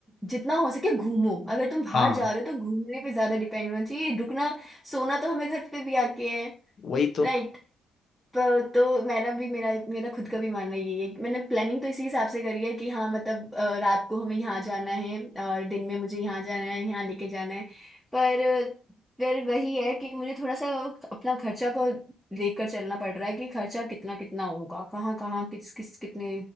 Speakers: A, in the centre; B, on the left (about 50°).
A: जितना हो सके घूमो अगर तुम बाहर
B: हाँ
A: जा रहे हो तो घूमने पे ज्यादा डिपेंड होना चाहिए रुकना सोना तो हमें घर पे भी आके है
B: वही तो
A: राइट पर तो मेरा भी मेरा मेरा खुद का भी मानना यही है मैंने प्लानिंग तो इसी हिसाब से करी है कि हाँ मतलब अ, रात को हमें यहाँ जाना है और दिन में मुझे यहाँ जाना है यहाँ लेके जाना है पर अ, फिर वही है कि मुझे थोड़ा सा अपना खर्चा को देखकर चलना पड़ रहा है कि खर्चा कितना कितना होगा कहाँ कहाँ किस किस कितने